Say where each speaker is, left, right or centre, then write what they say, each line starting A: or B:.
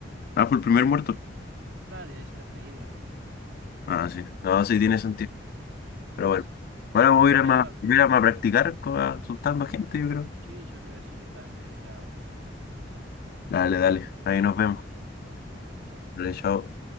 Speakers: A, on the left (about 55°); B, on the right (about 75°).
A: Ah, fue el primer muerto.
B: Y ahí- claro, y ahí sacaron la idea, ¿viste?
A: Ah, sí. No, sí tiene sentido.
B: Claro, sí,
A: Pero bueno.
B: sí.
A: Ahora
B: Pero
A: voy
B: bueno,
A: a ir
B: ya,
A: a, ma- voy a, ir a ma- practicar co- asustando a gente, yo creo.
B: sí, yo te iba a decir, yo también me voy a ir a asustar a unos nenitos ahí.
A: Dale, dale. Ahí nos vemos.
B: Dale, da- dale, nos vemos, chao.
A: Dale, chao.